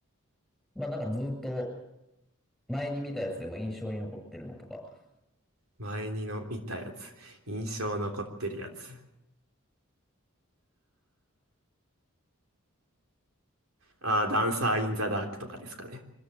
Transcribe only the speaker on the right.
前にの見たやつ。印象残ってるやつ。あー、ダンサー・イン・ザ・ダークとかですかね。